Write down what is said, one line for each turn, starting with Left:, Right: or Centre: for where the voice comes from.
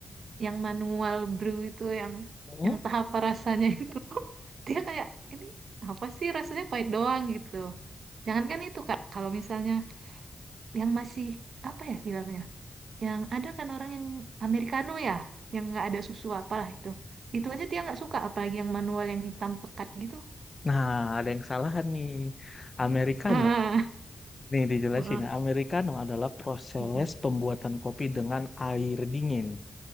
Right: yang manual brew itu yang
Left: Mm-mm.
Right: yang tahap rasanya <laughs> itu dia kayak ini apa sih rasanya pahit doang gitu jangankan itu kak kalau misalnya yang masih apa ya bilangnya yang ada kan orang yang americano ya yang nggak ada susu apalah itu itu aja dia nggak suka apalagi yang manual yang hitam pekat gitu
Left: Nah, ada yang salahan nih. Americano
Right: Ah,
Left: Nih dijelasin
Right: <laughs>
Left: ya, Americano adalah proses
Right: Mm-mm.
Left: pembuatan kopi dengan air dingin.